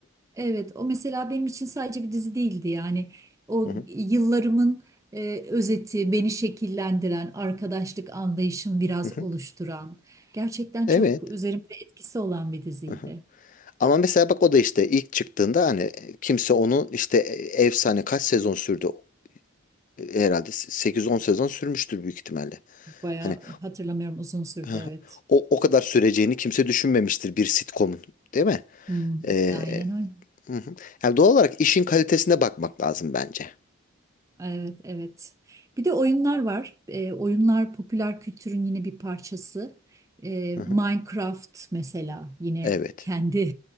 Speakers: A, on the right (about 15°); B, on the left (about 40°).
A: Evet, o mesela benim için sadece bir dizi değildi yani o
B: Hı hı,
A: yıllarımın e, özeti, beni şekillendiren, arkadaşlık anlayışımı biraz
B: hı hı.
A: oluşturan, gerçekten
B: Evet.
A: çok üzerimde etkisi olan bir diziydi.
B: Hı hı. Ama mesela bak o da işte ilk çıktığında hani kimse onun işte e, efsane kaç sezon sürdü? e, herhalde sekiz on sezon sürmüştür büyük ihtimalle.
A: Bayağı
B: Hani
A: hatırlamıyorum uzun sürdü
B: <laughs>
A: evet.
B: o, o kadar süreceğini kimse düşünmemiştir bir sitcom'un, değil mi?
A: Hmm,
B: Ee,
A: aynen öyle.
B: hı hı. Yani doğal olarak işin kalitesine bakmak lazım bence.
A: Evet, evet. Bir de oyunlar var. Ee, oyunlar popüler kültürün yine bir parçası. Ee,
B: Hı hı.
A: Minecraft mesela yine
B: Evet.
A: kendi